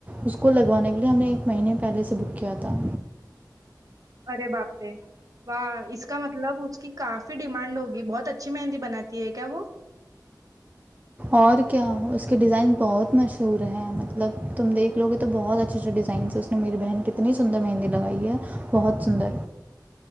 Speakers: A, on the right; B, on the right.
A: اسے لگانے کے لیے ہمیں ایک ماہ پہلے سے کتاب کیا تھا
B: ے باپے واہ اس کا مطلب اس کی کافی ڈیمانڈ ہوگی بہت اچھی مہندی بناتی ہے کیا وہ
A: اور کیا اس کے ڈیزائنس بہت مشہور ہیں مطلب تم دیکھ لو گے تو بہت اچھے اچھے ڈیزائنس ہیں اس نے میری بہن کی اتنی سندر مہندی لگائی ہے بہت سندر